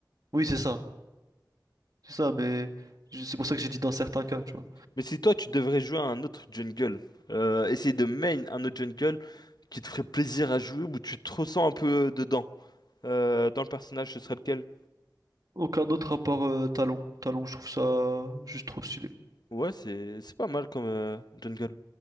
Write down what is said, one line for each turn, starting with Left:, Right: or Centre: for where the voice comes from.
Right: Oui, c'est ça, c'est ça, mais je- c'est pour ça que j'ai dit dans certains cas, tu vois.
Left: Mais si toi, tu devrais jouer à un autre jungle, euh, essayer de main un autre jungle qui te ferait plaisir à jouer où tu te ressens un peu dedans. Euh, dans le personnage, ce serait lequel?
Right: Aucun autre à part euh, Talon. Talon, je trouve ça euh, juste trop stylé.
Left: Ouais, c'est c'est pas mal comme euh, jungle.